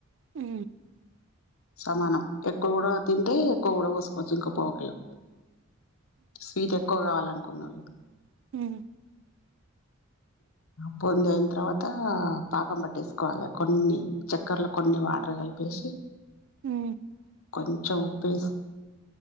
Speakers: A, on the right; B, on the left.
A: ఉ
B: సమానం ఎక్కువ కూడా తింటే ఎక్కువ కూడా పోసుకోవచ్చు ఇంక పావు కిలో స్వీట్ ఎక్కువ కావాలనుకు కొన్నాళ
A: హ్మ్
B: బూందీ అయిన తర్వాత పాకం పట్టేసుకోవాలి కొన్ని చక్కర్లో కొన్ని వాటర్ కలిపేసి
A: ఉ
B: కొంచం ఉప్పు వేసి